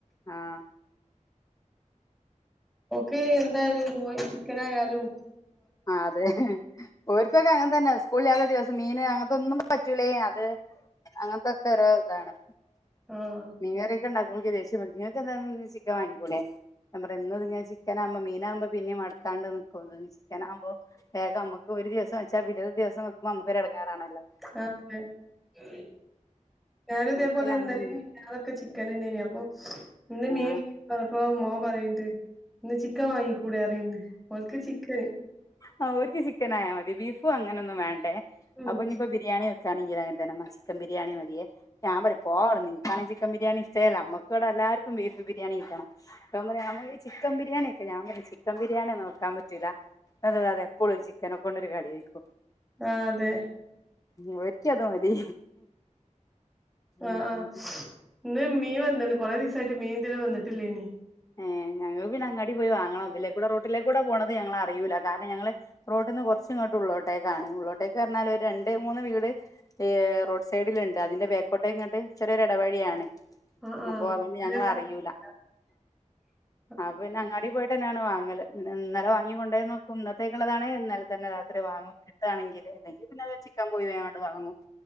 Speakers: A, on the left; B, in the centre.
A: ആഹ്
B: ഓക്ക് ന്തായാലും കോയി ചിക്കനായാലു
A: ആഹ് അതെ ഓര്ക്കൊക്കെ അങ്ങൻ തന്നെ സ് കൂൾലാത ദിവസം മീന് അങ്ങനത്തൊന്നും പറ്റൂലായ്നു അത് അങ്ങൻത്തൊക്കൊര് താണ്
B: ആഹ്
A: മീങ്കറിയൊക്ക ണ്ടാക്കുമ്പൾക്ക് ദേഷ്യം പിടിക്കു ങ്ങക്ക് ന്താ ന് ചിക്കം വാങ്ങിക്കൂടെ ഞാം പറയ എന്നുത്ങ്ങന ചിക്കനാമ്പം മീനാമ്പ പിന്നെം മട്ക്കാണ്ട് ന്ക്കു <unintelligible> ക്കനാമ്പൊ വേഗമ്മക്കൊരു ദിവസ വച്ചാ പിന്നൊരു ദിവസം വക്കുമ മ്മക്കൊരെ ടങ്ങാറാണല്ലോ
B: <unintelligible> ഞാനുതേപോലെ
A: ഓർക്കിന്
B: <unintelligible>
A: അങ്ങനെ
B: <unintelligible>
A: ഒന്നും
B: ചിക്കന്ണ്ടെയ്നി അപ്പൊ ന്ന് മീ <unintelligible>
A: ആ
B: പൊ മോം പറീംണ്ട് ന്ന് ചിക്കം വാങ്ങിക്കൂടെഅറീണ്ട് ഓൽക്ക് ചിക്കന്
A: ആഹ് ഓൽക്ക് ചിക്കനായാ മതി ബീഫു അങ്ങനൊന്നും വേണ്ടെ
B: ഉം
A: അപ്പഞ്ഞി പ്പ ബിരിയാണി ക്കാണെങ്കിലങ്ങൻതെന്ന മ്മ ചിക്കെൻ ബിരിയാണി മതിയെ ഞാം പറിപോവട്ന്ന് ൻക്കാണെ ചിക്കം ബിരിയാണിഷ്ടേല്ലമ്മ വടെല്ലാര്ക്കും ബീഫ്ബിരിയാണി കിട്ടണം <unintelligible> ഞമ്മക്ക് ചിക്കം ബിരിയാണി ഞാൻ പറയും ചിക്കൻ ബിരിയാണിയൊന്നും വെക്കാം പറ്റൂല <unintelligible> എപ്പഴൊരുചിക്കനക്കൊണ്ടൊരു കളിയാരിക്കു
B: ആഹ് തെ.
A: ഇവര്ക്ക്യത് മതി
B: അ
A: ഉം
B: ആഹ്
A: ഉം
B: ന്ന് മീ വന്ന്ണ് കൊറെേ ദിവസായിട്ട് മീൻതിലെ വന്നിട്ടില്ലേനി
A: ഏഹ് ഞങ്ങക് പിന്നങ്ങാടി പോയിവാങ്ങണം തിലേകൂടെ റോട്ടിലേ കൂടെ പോണത് ഞങ്ങളറിയൂല കാരണം ഞങ്ങള് റോട്ന്ന് കൊർച്ച്ങ്ങോട്ടു ള്ളോട്ടേക്കാണ് ഉള്ളോട്ടേക്ക് അർഞ്ഞാൽ ഒര് രണ്ട് മൂന്ന് വീട്ഏ റോഡ് സൈഡില്ണ്ട് അതിന്റെ ബേക്കോട്ടേങ്ങട്ട് ചെറിയൊരെട വഴിയാണ്
B: ആഹ് ആഹ് ആഹ്
A: അപ്പോ അതോണ്ട് ഞങ്ങൾഅറിയൂല.
B: അതെ <inaudible>
A: ആപ്പോ പിന്നെ അങ്ങാടി പോയിട്ട്ന്നെയാണ് വാങ്ങല് പിന്നെ ഇന്നലെവാങ്ങികൊണ്ടോയ് നോക്കും ഇന്നത്തേക്ള്ളതാണേ ഇന്നലെതെന്നെ രാത്രിവാങ്ങും. കിട്ടുകണെങ്കിൽ അല്ലെങ്കിൽ പിന്നെത് ചിക്കെൻ പോയി വേങ്ങട് വാങ്ങും.